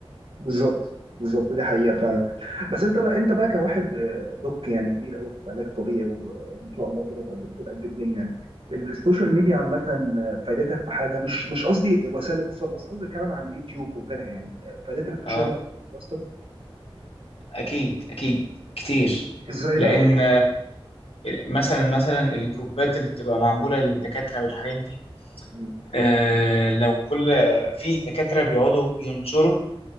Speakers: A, on the right; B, on the left.
A: بالظبط بالظبط دي حقيقة فعلا بس انت بقى انت بقى كواحد آه، دوك يعني كبير قوي في علاج طبيعي و- وان شاء الله كده تبقى دكتور قد الدنيا يعني السوشيال ميديا عامة آه، فادتك في حاجة مش مش قصدي وسائل اتصال بس قصدي كمان على اليوتيوب وغيرها يعني آه، فادتك في
B: اه
A: شغلك وفي دراستك
B: اكيد اكيد كتير
A: ازاي
B: لان
A: بقى قول لي بقى
B: مثلا مثلا الجروبات اللي بتبقى معمولة للدكاترة والحاجات دي
A: مم.
B: آه لو كل في دكاترة بيقعدوا ينشروا